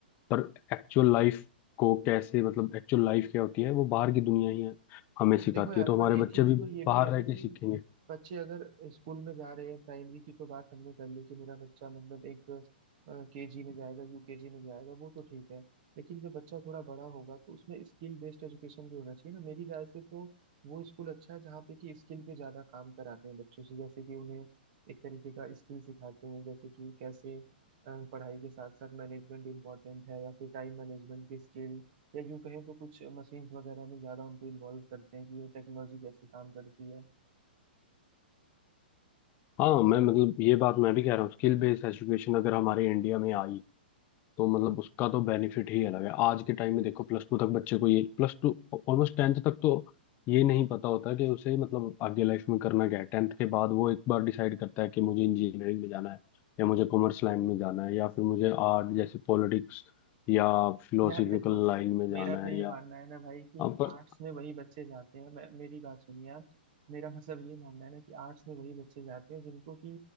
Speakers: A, on the left (about 35°); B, on the right (about 50°).
A: पर एक्चुअल लाइफ को कैसे मतलब एक्चुअल लाइफ क्या होती है वो बाहर की दुनिया ही है हमें
B: देखो
A: सिखाती
B: यार
A: है तो
B: पर
A: हमारे
B: एक
A: बच्चे
B: चीज
A: भी
B: तो ये भी
A: बाहर
B: है ना
A: रह के
B: कि
A: सीखेंगे
B: बच्चे अगर स्कूल में जा रहे हैं प्राइमरी की तो बात हमने कर ली कि मेरा बच्चा मतलब एक केजी में जाएगा यूकेजी में जाएगा वो तो ठीक है लेकिन जब बच्चा थोड़ा बड़ा होगा तो उसमें स्किल बेस्ड एजुकेशन भी होना चाहिए ना मेरी राय से तो वो स्कूल अच्छा है जहाँ पे कि स्किल पे ज्यादा काम कराते हैं बच्चों से जैसे कि उन्हें एक तरीके का स्किल सिखाते हैं जैसे कि कैसे अ, पढ़ाई के साथ साथ मैनेजमेंट इम्पोर्टेंट है या फिर टाइम मैनेजमेंट की स्किल या यूं कहें तो कुछ मशीन्स वगैरह में ज्यादा उनको इन्वॉल्व करते हैं कि ये टेक्नोलॉजी कैसे काम करती है
A: हाँ मैं मतलब ये बात मैं भी कह रहा हूँ स्किल बेस्ड एजुकेशन अगर हमारे इंडिया में आई तो मतलब उसका तो बेनिफिट ही अलग है आज के टाइम में देखो प्लस टू तक बच्चे को ये प्लस टू ऑलमोस्ट टेंथ तक तो ये नहीं पता होता कि उसे मतलब आगे लाइफ में करना क्या है टेंथ के बाद वो एक बार डिसाइड करता है कि मुझे इंजीनियरिंग में जाना है या मुझे कॉमर्स लाइन में जाना है या फिर मुझे आर्ट जैसे पॉलिटिक्स या फिलोसफिकल
B: यार देखो
A: लाइन में
B: मेरा
A: जाना
B: तो
A: है
B: ये
A: या
B: मानना है ना भाई कि
A: हाँ, पर
B: आर्ट्स में वही बच्चे जाते हैं मैं मेरी बात सुनिए आप मेरा मतलब ये मानना है ना कि आर्ट्स में वही बच्चे जाते हैं जिनको कि